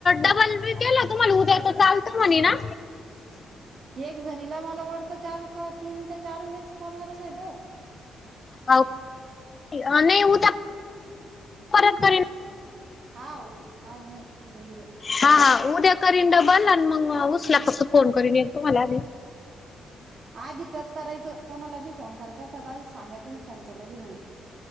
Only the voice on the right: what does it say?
एक जणीला मला वाटतं चार का तीन का चार वेळेस कॉल करायचा हायत ओ.
हा ओ आज नाही उद्या गीद्या
आधी टच करायचं कोणाला बी फोन करायचा असला तर आधीच. सांगायच मी फोन करालोया म्हणून